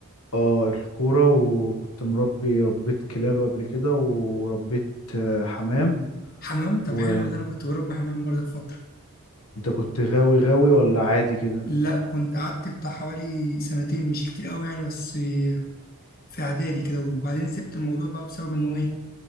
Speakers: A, on the left; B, on the left.
A: اه الكورة وكنت مربي ربيت كلاب قبل كده وربيت آه، حمام
B: حمام طب
A: وانت
B: حلو ده انا كنت بربي حمام برضه في فتره
A: كنت غاوي غاوي ولا عادي كده
B: لا كنت قعدت بتاع حوالي سنتين مش كتير قوي يعني بس في اعدادي كده وبعدين سبت الموضوع بقى بسبب انه ايه